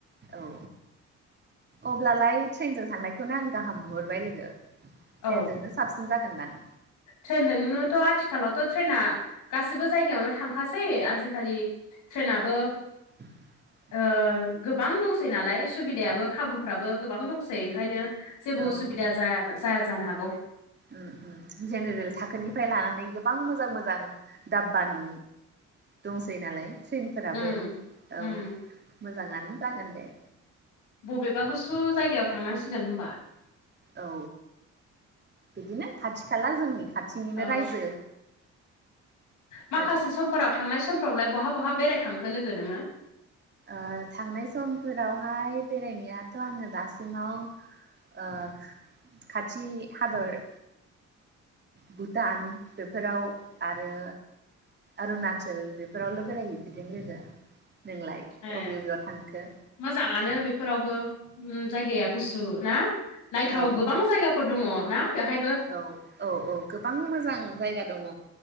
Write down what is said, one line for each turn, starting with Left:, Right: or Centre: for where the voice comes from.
Right: औ अब्लालाय ट्रेनजों थांनायखौनो आं गाहाम नुहरबाय लोगो। ट्रेनजोंनो
Left: औ
Right: साबसिन जागोन दां।
Left: ट्रेनजोंनोथ' आथिखालावथ' ट्रेना गासैबो जायगायावनो थांखासै आजिखालि। ट्रेनाबो।
Right: <inaudible>
Left: ओ गोबां दंसै नालाय सुबिदायाबो खाबुफोराबो गोबां दंसै ओंखायनो। जेबो
Right: औ
Left: उसुबिदा जाया जाया जानो हागौ।
Right: उम उम जेनेरेल थाखोनिफ्राय लानानै गोबां मोजां मोजां। दाब्बानि दंसै नालाय ट्रेनफोराबो
Left: उम
Right: औ,
Left: उम
Right: मोजाङानो जागोन दे।
Left: बबेबा गुसु जायगायाव थांनांसिगोन होमबा।
Right: औ बिदिनो खाथि-खाला जोंनि खाथिनिनो
Left: औ
Right: रायजो।
Left: माखासे
Right: ओ
Left: समफोराव थांनाय समफोरावलाय बहा-बहा बेरायखांखो लोगो नोङो?
Right: ओ थांनाय समफोरावहाय बेरायनायाथ' आङो दासिमाव ओ खाथि हादर भुटान बेफोराव आरो अरुणाचल बेफोरावल' बेरायहैफेरदों लोगो, ‌ नोंलाय?
Left: ए
Right: अबे अबेयाव थांखो?
Left: मोजाङानो बेफोरावबो उम जायगाया गुसुना नायथाव
Right: औ
Left: गोबां जायगा फोर दङ'ना बेवहायबो।
Right: औ औ-औ गोबां मोजां जायगा दङ।